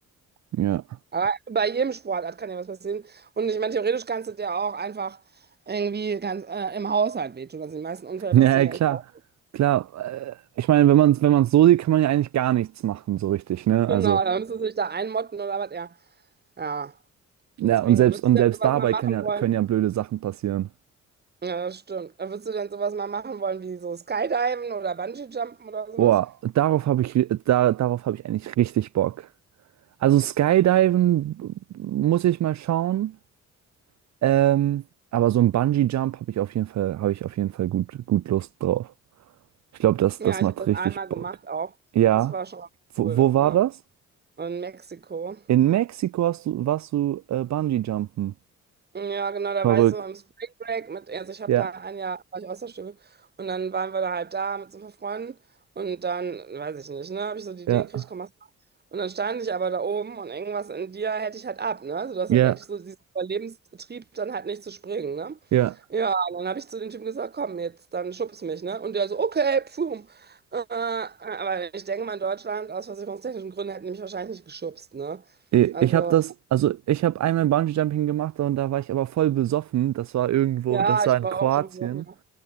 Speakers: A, on the right; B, on the right.
A: ja. <laughs>
B: Aber bei jedem Sportart kann ja was passieren. Und ich meine, theoretisch kannst du dir auch einfach irgendwie ganz äh, im Haushalt wehtun. Also die meisten Unfälle
A: Ja,
B: passieren ja
A: klar,
B: echt auch.
A: klar. Äh, ich meine, wenn man es wenn man so sieht, kann man ja eigentlich gar nichts machen, so richtig, ne?
B: Genau,
A: Also,
B: da müssen du dich da einmotten oder was, ja. Ja,
A: ja,
B: deswegen,
A: und selbst,
B: würdest
A: und
B: du
A: selbst
B: denn sowas
A: dabei
B: mal machen
A: können ja,
B: wollen?
A: können ja blöde Sachen passieren.
B: Ja, das stimmt. Würdest du denn sowas mal machen wollen, wie so Skydiven oder Bungee-Jumpen oder sowas?
A: Boah, darauf habe ich, ri- da, darauf habe ich eigentlich richtig Bock. Also Skydiven muss ich mal schauen. Ähm, aber so ein Bungee-Jump habe ich auf jeden Fall, habe ich auf jeden Fall gut, gut Lust drauf. Ich glaube, das,
B: Ja,
A: das
B: ich
A: macht
B: habe das
A: richtig
B: einmal gemacht
A: Bock.
B: auch.
A: Ja.
B: Das war schon
A: Wo,
B: cool,
A: wo war
B: ja.
A: das?
B: In Mexiko.
A: In Mexiko hast du, warst du äh, Bungee-Jumpen.
B: Ja, genau, da
A: Verrückt.
B: war ich so im Spring Break mit, also ich habe
A: Ja,
B: da ein Jahr, war ich Austauschschülerin und dann waren wir da halt da mit so ein paar Freunden und dann, weiß ich nicht, ne, habe ich so die Idee
A: ja,
B: gekriegt, komm, mach's mal. Und dann stand ich aber da oben und irgendwas in dir hätte ich halt ab, ne, also du hast
A: ja,
B: halt echt so diesen Überlebenstrieb, dann halt nicht zu springen, ne.
A: ja.
B: Ja, und dann habe ich zu dem Typen gesagt, komm, jetzt, dann schubst mich, ne, und der so, okay, pfum. Äh, aber ich denke mal, in Deutschland, aus versicherungstechnischen Gründen, hätten die mich wahrscheinlich nicht geschubst, ne,
A: I-
B: also,
A: Ich habe das, also ich habe einmal Bungee-Jumping gemacht und da war ich aber voll besoffen. Das war irgendwo,
B: ja,
A: das war
B: ich
A: in
B: war
A: Kroatien.
B: auch schon besoffen, ja.